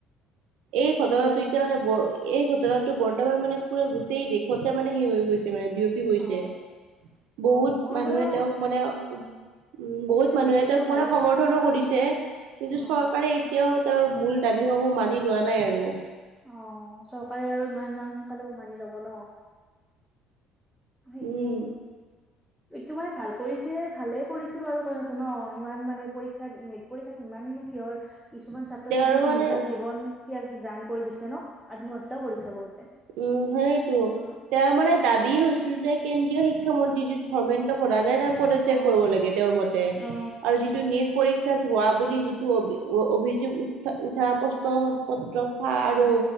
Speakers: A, on the right; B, in the centre.
A: এই
B: ঠিকেই
A: ঘটনাটো এতিয়া মানে
B: বাৰু
A: বৰ এই ঘটনাটো বৰ্তমান মানে পুৰা গোটেই দেশতে মানে সেই হৈ গৈছে মানে বিয় পি গৈছে
B: অ
A: বহুত
B: অ মই
A: মানুহে
B: বাৰু
A: তেওঁক মানে উম বহুত
B: হেৰিত
A: মানুহে
B: দেখিলো
A: তেওঁক
B: বাৰু
A: মানে সমৰ্থনো কৰিছে কিন্তু
B: অ
A: চৰকাৰে এতিয়াও তাৰ মূল দাবীসমূহ মানি লোৱা নাই আৰু
B: অ চৰকাৰে আৰু ইমান সোনকালে মানি লব ন সেইটো
A: উম
B: তোমাৰ ভাল কৰিছে ভালে কৰিছে বাৰু কথাটো ন ইমান মানে পৰীক্ষাত পৰীক্ষাত ইমাননো কিহৰ কিছুমান ছাত্ৰ
A: তেওঁৰ
B: ছাত্ৰ্ৰীো
A: মানে
B: নিজৰ জীৱন ত্যাগ দান কৰি দিছে ন আত্মহতা কৰিছে বহুতে
A: উম সেইটো
B: এইবোৰ
A: তেওঁৰ মানে দাবী হৈছিল যে কেন্দ্ৰীয় শিক্ষ শিক্ষমন্ত্ৰী যি ধৰ্মেন্দ্ৰ প্ৰধানে তাৰ পদত্যাগ
B: অ
A: কৰিব লাগে তেওঁৰ মতে
B: অ
A: আৰুি নিট পৰীক্ষাত হোৱা বুলি যিটো অ অভিযোগ উঠ উঠা প্ৰশ্ন পত্ৰক আৰু
B: উম